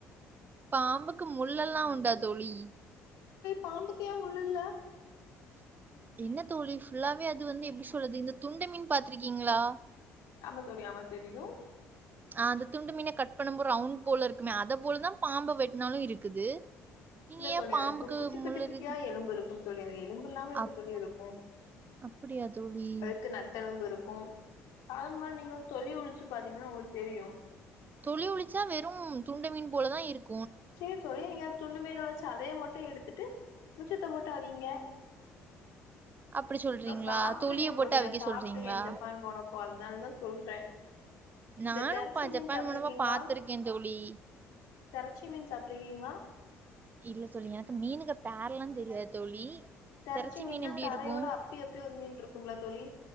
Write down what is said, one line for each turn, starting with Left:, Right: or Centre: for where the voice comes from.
Right: பாம்புக்கு முள்ளெல்லா உண்டா தோழி
Left: பாம்பு ஏ முள் இல்ல
Right: என்ன தோழி ஃபுல்லாவே அது வந்து எப்டி சொல்றது இந்த துண்ட மீன் பாத்திருக்கீங்ளா
Left: ஆமா தோழி ஆமா தெரியு
Right: ஆ அந்த துண்டு மீன கட் பண்ணும்போது ரவுண்ட் போல இருக்குமே அத போலதான் பாம்ப வெட்னாலு இருக்குது நீங்க
Left: இல்ல
Right: ஏ
Left: தோழி
Right: பாம்புக்கு
Left: அதுக்கு குட்டி குட்டி
Right: முள்
Left: குட்டியா
Right: இருக்கு
Left: எலும்பு இருக்கும் தோழி அது எலும்பு இல்லாம எப்டி
Right: அப்
Left: தோழி இருக்கு
Right: அப்டியா தோழி
Left: அதுக்கு நட்டெலும்பு இருக்கு அதும்போல நீங்க தொள்ளி உறிச்சு பாத்தீங்கன்னா உங்களுக்கு தெரியு
Right: தொளி ஒலிச்சா வெறும் துண்ட மீன் போலதான் இருக்கு
Left: சேரி தோழி இங்க துண்டு மீன வெச்சி சதைய மட்டு எடுத்துட்டு மிச்சத்தை போட்டு அவீங்க
Right: அப்படி சொல்றீங்களா?
Left: அத சாப்பிட்டு
Right: துளிய
Left: இருக்கேன்
Right: போட்டு
Left: தோழி
Right: அவிக்க
Left: சாப்பிட்டுருக்கேன்
Right: சொல்றீங்களா?
Left: ஜப்பான் போனப் ஓ அதனாலதா சொல்றே
Right: நானும்
Left: இந்த தெரச்சி மீன்
Right: ஜப்பான்
Left: சாப்ட்ருக்கீங்களா
Right: மூலமா பாத்துருக்கே தோழி
Left: தெரச்சி மீன் சாப்ட்ருக்கீங்களா
Right: இல்ல தோழி எனக்கு மீனுங்க பேரலாம் தெரியாது தோழி
Left: தெறச்சி
Right: திரச்ச
Left: மீன்னா
Right: மீன் எப்படி
Left: தரையோட
Right: இருக்கும்?
Left: அப்பி அப்பி ஒரு மீன் இருக்கும்ல்ல தோழி